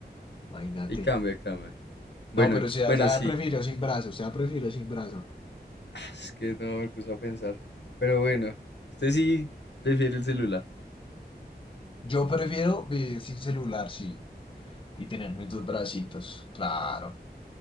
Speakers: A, on the left (about 30°); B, on the left (about 85°).
A: Imagínate.
B: Ahí cambia, cambia. Bueno,
A: No, pero o sea,
B: bueno,
A: ya
B: sí.
A: prefiero sin brazo. O sea, prefiero sin brazo.
B: Ah, Es que no me puse a pensar. Pero bueno, usted sí prefiere el celular.
A: Yo prefiero vivir sin celular, sí. Y tener mis dos bracitos. Claro.